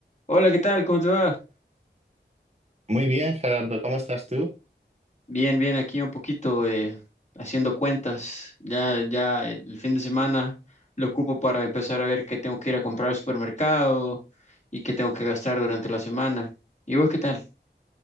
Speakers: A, on the left; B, on the right.
A: Hola, ¿qué tal? ¿Cómo te va?
B: Muy bien, Gerardo, ¿cómo estás tú?
A: Bien, bien, aquí un poquito eh, haciendo cuentas. Ya, ya el fin de semana lo ocupo para empezar a ver qué tengo que ir a comprar al supermercado y qué tengo que gastar durante la semana. ¿Y vos qué tal?